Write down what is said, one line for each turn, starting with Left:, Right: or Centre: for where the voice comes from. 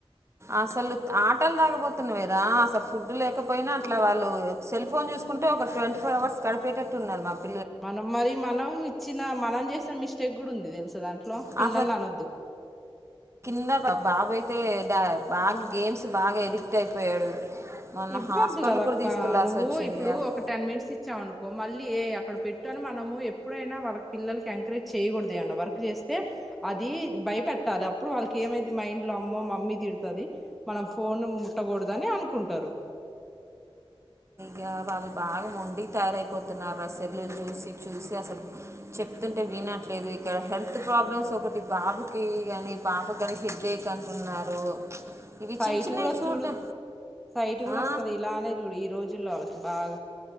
Right: అసలు ఆటలు తాగపోతున్నా మీరా అసలు ఫుడ్ లేకపోయినా అట్లా వాళ్ళు సెల్ ఫోన్ చూసుకుంటే ఒక ట్వంటీ ఫోర్ అవర్స్ గడిపేటట్టు ఉన్నారు మాకు.
Centre: మనం మరి మనం ఇచ్చి. తిన మనం చేసిన మిస్టేక్ కూడా ఉంది తెలుసుదంటే. లో పిల్లల్ని
Right: అసలు
Centre: అనొద్దు
Right: కింద బాబు అయితే బాగా గేమ్స్ బాగా ఎడిక్ట్ అయిపోయాడు మొన్న
Centre: ఇవ్వద్దు
Right: హాస్పిటల్
Centre: కదా
Right: కూడా
Centre: అక్క
Right: తీసుకెళ్లాల్సి
Centre: నువ్వు
Right: వచ్చింది
Centre: ఇప్పుడు ఒక టెన్ మినిట్స్ ఇచ్చావు అనుకో మళ్ళీ ఏ అక్కడ పెట్టు అని మనము ఎప్పుడైనా వాళ్ళకి పిల్లలకి ఎంకరేజ్ చేయకూడదు అన్న వర్క్ చేస్తే అది భయపెట్టాలి అప్పుడు వాళ్ళకి ఏమైతాది మైండ్లో అమ్మో మమ్మీ తిడతాది మనం ఫోన్ ముట్టకూడదు అని అనుకుంటారు
Right: ఇ వాళ్ళు బాగా మొండి తయారైపోతున్నారు అసెర్ని చూసి చూసి అసలు చెప్తుంటే వినట్లేదు ఇక్కడ హెల్త్ ప్రాబ్లమ్స్ ఒకటి బాబుకి కాని పాప కాని హిడ్డేక్ అంటున్నారు. ఇవి
Centre: సైటు
Right: చిన్న చిన్నవి
Centre: కూడ
Right: చూడ
Centre: చూడు సైటు కూడ
Right: ఆ
Centre: వస్తది ఇలానే చూడు ఈ రోజు పిల్లోలకి బాగ